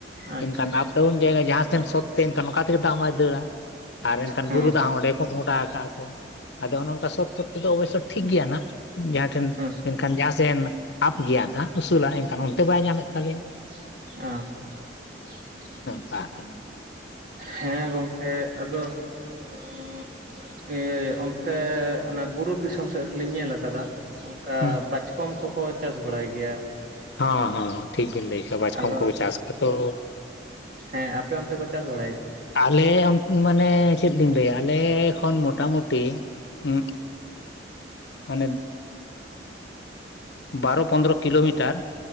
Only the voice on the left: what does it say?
ᱮᱱᱠᱷᱟᱱ ᱟᱯᱰᱟᱣᱩᱱ ᱡᱟᱭᱜᱟ ᱡᱟᱦᱟᱸ ᱥᱮᱱ ᱥᱚᱛᱮ ᱛᱟᱦᱮᱱ ᱠᱷᱟᱱ ᱚᱱᱠᱟᱛᱮ ᱫᱟᱜᱢᱟᱭ ᱫᱟᱹᱲᱟ᱾ ᱟᱨ ᱮᱱᱠᱷᱟᱱ
ᱵᱩᱨᱩ ᱫᱟᱜ ᱦᱚᱸ ᱚᱸᱰᱮ ᱠᱚ ᱢᱚᱦᱚᱰᱟ ᱟᱠᱟᱜ-ᱟ ᱠᱚ᱾ ᱟᱫᱚ ᱚᱱᱮ ᱚᱱᱠᱟ ᱥᱚᱛ ᱥᱚᱛ ᱛᱮᱫᱚ ᱚᱵᱚᱥᱥᱚ ᱴᱷᱤᱠ ᱜᱮᱭᱟ ᱱᱟᱜ, ᱡᱟ ᱴᱷᱮᱱ
ᱢᱮᱱᱠᱷᱟᱱ ᱡᱟᱦᱟᱸᱥᱮᱱ ᱟᱯ ᱜᱮᱭᱟᱱᱟᱜ ᱩᱥᱩᱞᱟ ᱮᱱᱠᱷᱟᱱ ᱚᱱᱛᱮ ᱵᱟᱭ ᱧᱟᱢᱮᱫ ᱛᱟᱞᱮᱭᱟ᱾
<unintelligible> ᱠᱟᱱᱟ
ᱦᱩᱸ
ᱦᱚᱸ ᱦᱚᱸ ᱴᱷᱤᱠ ᱵᱤᱱ ᱞᱟᱹᱭ ᱠᱟᱜ-ᱟ ᱵᱟᱪᱠᱚᱢ
ᱠᱚ ᱪᱟᱥ ᱟᱫᱚ
ᱟᱞᱮ ᱟᱱ ᱢᱟᱱᱮ ᱪᱮᱫ ᱞᱤᱧ ᱞᱟᱹᱭᱟ ᱟᱞᱮ ᱠᱷᱚᱱ ᱢᱚᱴᱟᱢᱩᱴᱤ ᱦᱩᱸ ᱢᱟᱱᱮ ᱵᱟᱨᱚ ᱯᱚᱱᱫᱨᱚ ᱠᱤᱞᱳᱢᱤᱴᱟᱨ